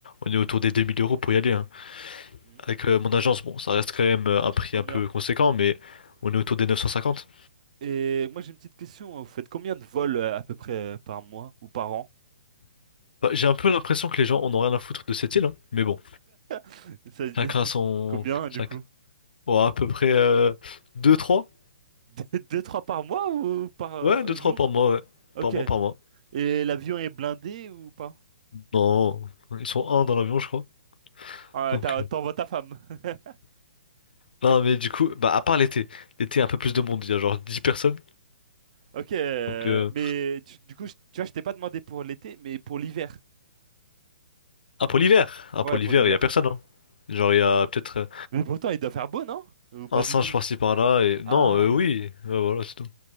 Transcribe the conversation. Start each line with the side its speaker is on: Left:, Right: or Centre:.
Left: on est autour des 2000 euros pour y aller. hein.
Right: hmm,
Left: Avec euh, mon agence, bon, ça reste quand même euh, un prix
Right: Combien?
Left: un peu conséquent, mais on est autour des 950.
Right: Et moi, j'ai une petite question. hein. Vous faites combien de vols euh, à peu près euh, par mois ou par an?
Left: Bah, j'ai un peu l'impression que les gens en ont rien à foutre de cette île, hein. mais bon,
Right: <laughs> Ça- <laughs>
Left: chacun son...
Right: Combien, du
Left: Chac...
Right: coup?
Left: ouais, à peu près euh, deux trois,
Right: Deux, deux, trois par mois ou par euh,
Left: Ouais, deux
Right: jour?
Left: trois par mois, ouais.
Right: Ok.
Left: Par mois, par mois.
Right: Et l'avion est blindé ou pas?
Left: Non, ils sont un dans l'avion, je crois.
Right: Ah,
Left: Donc,
Right: t'as-
Left: euh,
Right: t'envoies ta femme. <laughs>
Left: non, mais du coup, bah, à part l'été, l'été, un peu plus de monde, il y a genre 10 personnes.
Right: Ok. euh,
Left: Donc, euh,
Right: mais tu- du coup, je- tu vois, je t'ai pas demandé pour l'été, mais pour l'hiver.
Left: Ah, pour l'hiver. Ah,
Right: Ouais,
Left: pour l'hiver,
Right: pour l'hiver.
Left: il y a personne, hein. Genre, il y a peut-être euh,
Right: Mais pourtant, il doit faire beau, non? Ou pas
Left: un
Right: du
Left: singe
Right: tout?
Left: par-ci par-là et. Non,
Right: Ah,
Left: euh, oui. Ouais, voilà, c'est tout.